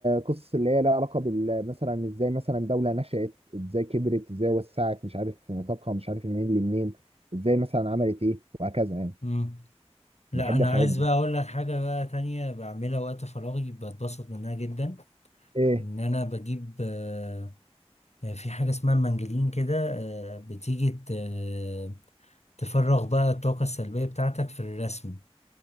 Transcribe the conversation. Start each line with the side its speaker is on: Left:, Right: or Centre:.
Right: قصص اللي هي لها علاقه بال مثلا ازاي مثلا دوله نشأت ازاي كبرت ازاي وسعت مش عارف في نطاقها مش عارف منين لمنين ازاي مثلا عملت ايه وهكذا يعني
Left: مم. لا
Right: بحب
Left: أنا
Right: الحاجات
Left: عايز
Right: دي
Left: بقى أقول لك حاجة بقى تانية بعملها وقت فراغي بتبسط منها جدا
Right: ايه
Left: إن أنا بجيب آه، آه، في حاجة اسمها المنجلين كده آه، بتيجي ت- تفرغ بقى الطاقة السلبية بتاعتك في الرسم